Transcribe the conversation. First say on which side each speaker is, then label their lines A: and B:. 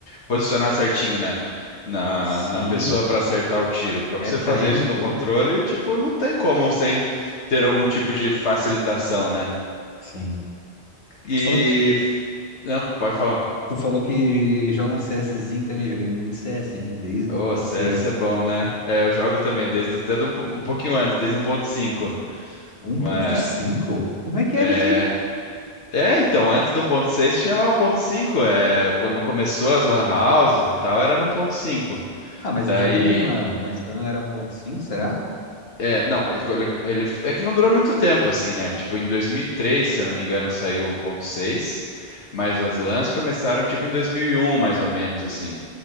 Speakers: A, on the left; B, on the left.
A: posicionar certinho, né? Na,
B: Sim.
A: na pessoa para acertar o tiro. Para
B: É
A: você
B: treino
A: fazer isso
B: tudo.
A: no controle, tipo, não tem como sem ter algum tipo de facilitação, né?
B: Sim.
A: E.
B: Tu falou que,
A: Não, pode falar.
B: tu falou que joga um CSzinho também. Joguei muito CS, hein? Desde
A: Ô,
B: 1.6.
A: CS é bom, né? É, eu jogo também desde até de um, po- um pouquinho antes, desde um ponto cinco.
B: 1.5?
A: Mas
B: Como é que
A: é,
B: era isso aí?
A: é, então, antes do um ponto seis tinha lá um ponto cinco. é, quando começou as LAN houses e tal, era no um ponto cinco.
B: Ah, mas
A: Daí,
B: eu joguei em LAN. Mas então eu era 1.5, será?
A: é, não, ele, ele- é que não durou muito tempo assim, né? Tipo, em 2003, se eu não me engano, saiu um ponto seis. mas as LANs começaram tipo em 2001, mais ou menos assim.